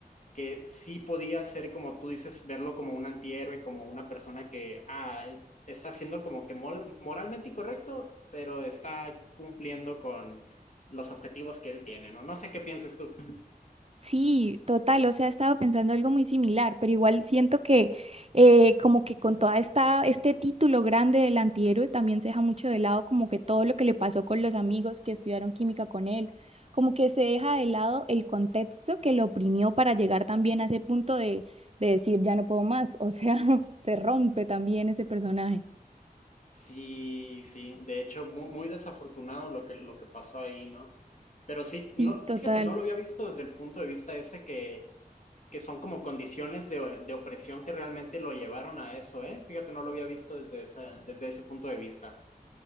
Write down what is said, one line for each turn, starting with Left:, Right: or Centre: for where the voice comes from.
Left: que sí podía ser, como tú dices, verlo como un antihéroe, como una persona que ah, está siendo como que mol- moralmente incorrecto, pero está cumpliendo con los objetivos que él tiene, ¿no? No sé qué pienses tú.
Right: Sí, total, o sea, estaba pensando algo muy similar, pero igual siento que eh, como que con toda esta, este título grande del antihéroe también se deja mucho de lado como que todo lo que le pasó con los amigos que estudiaron química con él, como que se deja de lado el contexto que lo oprimió para llegar también a ese punto de, de decir ya no puedo más, o sea, <laughs> se rompe también ese personaje.
Left: Sí, sí, de hecho, mu- muy, desafortunado lo que, lo que pasó ahí, ¿no? Pero sí, no,
Right: Sí, total.
Left: fíjate, no lo había visto desde el punto de vista ese que que son como condiciones de, de opresión que realmente lo llevaron a eso, ¿eh? Fíjate, no lo había visto desde ese, desde ese punto de vista.